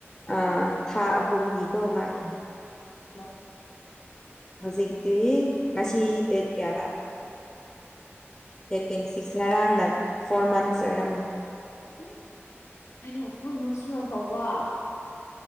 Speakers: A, on the left; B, on the left.
A: ꯑꯥ ꯊꯥ ꯑꯍꯨꯝꯒꯤꯀꯣ ꯃꯥꯒꯤ
B: ꯋꯥ <unintelligible>
A: ꯍꯧꯖꯤꯛꯇꯤ ꯉꯁꯤ ꯗꯦꯠ ꯀꯌꯥꯔꯥ ꯗꯦꯠ ꯇ꯭ꯋꯦꯟꯇꯤ ꯁꯤꯛꯁ ꯉꯔꯥꯡꯅ ꯐꯣꯔ ꯃꯟꯁ ꯑꯣꯏꯔꯝꯃꯤ
B: ꯎ ꯀꯩꯅꯣ ꯐꯣꯔ ꯃꯟ ꯁꯨꯔ ꯐꯥꯎꯕ